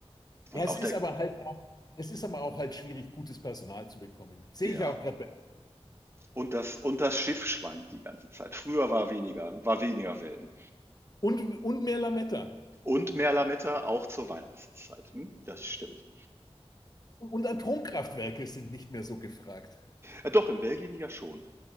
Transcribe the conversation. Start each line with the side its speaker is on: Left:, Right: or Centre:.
Right: Und
Left: Ja, es
Right: auch
Left: ist
Right: der,
Left: aber halt, auch- es ist aber auch halt schwierig, gutes Personal zu bekommen. Sehe
Right: ja,
Left: ich ja auch gerade bei.
Right: und das, und das Schiff schwankt die ganze Zeit. Früher war weniger, war weniger Wellen.
Left: Und, und mehr Lametta.
Right: Und mehr Lametta auch zur Weihnachtszeit. Hm? Das stimmt.
Left: Und Atomkraftwerke sind nicht mehr so gefragt.
Right: Äh, doch, in Belgien ja schon.